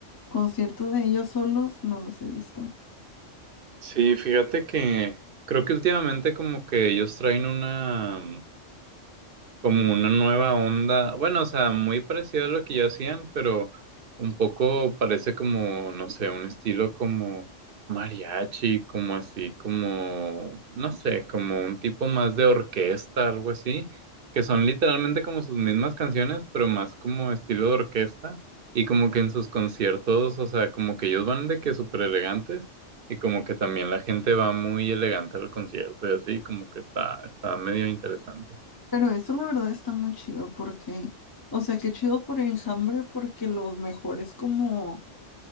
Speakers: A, on the left; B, on the right.
A: Concierto de ellos solos no los he visto.
B: sí, fíjate que creo que últimamente como que ellos traen una como una nueva onda, bueno, o sea, muy parecido a lo que ya hacían, pero un poco parece como, no sé, un estilo como mariachi, como así, como, no sé, como un tipo más de orquesta, algo así, que son literalmente como sus mismas canciones, pero más como estilo de orquesta, y como que en sus conciertos, o sea, como que ellos van de que súper elegantes. Y como que también la gente va muy elegante al concierto y así, como que está, está medio interesante.
A: Pero eso la verdad está muy chido porque, o sea, qué chido por Enjambre porque los mejores como